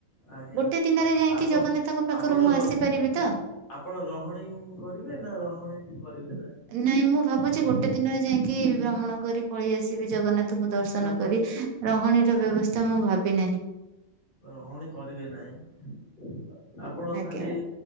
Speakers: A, on the left (about 40°); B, on the right (about 80°).
A: ଆଜ୍ଞା।
B: ଗୋଟେ ଦିନରେ ଯାଇକି
A: ଆପଣ
B: ଜଗନ୍ନାଥଙ୍କ ପାଖରୁ
A: ଆପଣ
B: ମୁଁ
A: ର
B: ଆସିପାରିବି ତ?
A: ଆପଣ ରହଣି କରିବେ ନା ରହଣି କରିବେ ନାହିଁ?
B: ନାଇଁ ମୁଁ ଭାବୁଛି ଗୋଟେ ଦିନରେ ଯାଇକି ଭ୍ରମଣ କରି ପଳେଇ ଆସିବି ଜଗନ୍ନାଥ। ତକୁ ଦର୍ଶନ
A: ତାହେଲେ ଆପଣ
B: କରି ରହଣୀର ବ୍ୟବସ୍ଥା ମୁଁ ଭାବି ନାହିଁ।
A: ରହଣୀ କରିବେ ନାହିଁ ଆପଣ
B: ଆଜ୍ଞା।
A: ଖାଲି